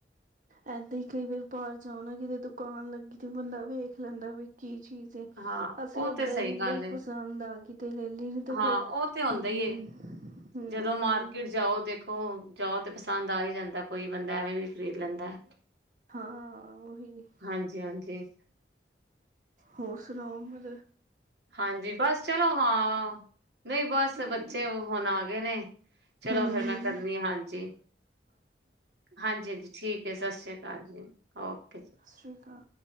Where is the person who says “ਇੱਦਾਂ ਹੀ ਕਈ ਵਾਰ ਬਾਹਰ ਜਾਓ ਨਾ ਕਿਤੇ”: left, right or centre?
Right